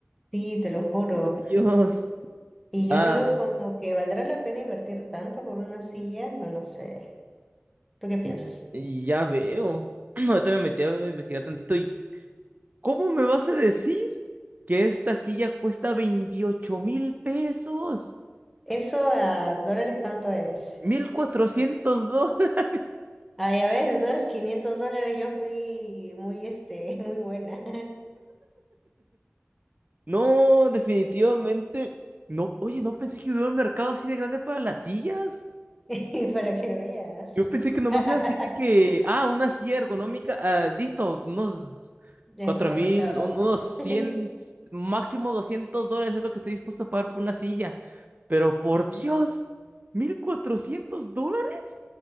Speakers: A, in the centre; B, on the right (about 40°).
A: sí, te lo juro.
B: Por Dios.
A: Y
B: Ah,
A: yo digo como que ¿valdrá la pena invertir tanto por una silla? No lo sé. ¿Tú qué piensas?
B: y- y ya veo. <clears throat> Ahorita me metí a investigar tantito ¿Cómo me vas a decir que esta silla cuesta veintiocho mil pesos?
A: ¿Eso a dólares cuánto es?
B: mil cuatrocientos dólares. <laughs>
A: Ah, ya ves, entonces 500 dólares yo fui muy, este, <laughs> muy buena.
B: No, definitivamente. No, oye, no pensé que hubiera un mercado así de grande para las sillas.
A: <laughs> Para que veas.
B: Yo pensé que nomás
A: <laughs>
B: era así de que, ah, una silla ergonómica, ah, listo, unos
A: En
B: cuatro
A: el supermercado,
B: mil, unos
A: ¿no?
B: 100,
A: <laughs>
B: máximo 200 dólares es lo que estoy dispuesto a pagar por una silla. Pero por Dios, 1400 dólares.